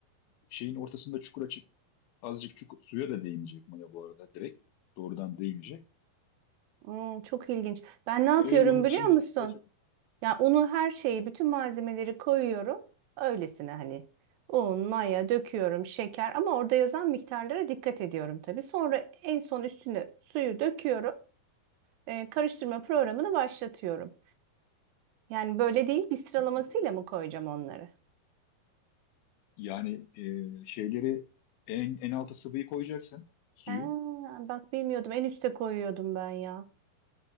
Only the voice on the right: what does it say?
Hmm, çok ilginç. Ben ne yapıyorum
biliyor musun?
Yani unu her şeyi, bütün malzemeleri koyuyorum. Öylesine hani un, maya döküyorum, şeker ama orada yazan miktarlara dikkat ediyorum tabii. Sonra en son üstüne suyu döküyorum. Ee, karıştırma programını başlatıyorum. Yani böyle değil, bir sıralamasıyla
mı koyacağım onları?
Ha, bak bilmiyordum. En üste koyuyordum ben ya.